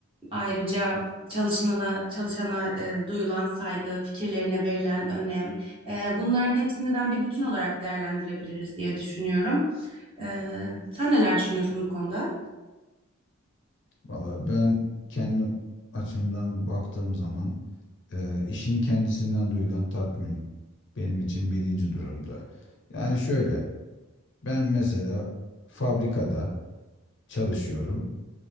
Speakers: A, on the right (about 25°); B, on the left (about 55°).
A: ayrıca çalışana, çalışana e, duyulan saygı, fikirlerine verilen önem. e, bunların hepsini ben bir bütün olarak değerlendirebiliriz diye düşünüyorum. Ee, sen neler düşünüyorsun bu konuda?
B: Valla ben kendi açımdan baktığım zaman Ee, işin kendisinden duyulan tatmin benim için birinci durumda. Yani şöyle, ben mesela fabrikada çalışıyorum,